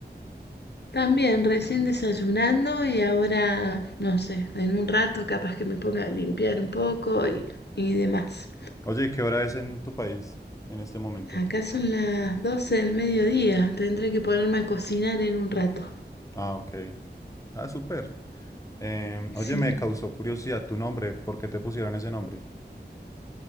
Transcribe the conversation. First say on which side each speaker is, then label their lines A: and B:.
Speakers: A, on the left; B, on the left.
A: También, recién desayunando y ahora, no sé, en un rato capaz que me ponga a limpiar un poco y, y demás.
B: Oye, ¿qué hora es en tu país en este momento?
A: Acá son las 12 del mediodía, tendré que ponerme a cocinar en un rato.
B: Ah, ok. Ah, súper. Em,
A: Sí,
B: oye, me causó curiosidad tu nombre. ¿Por qué te pusieron ese nombre?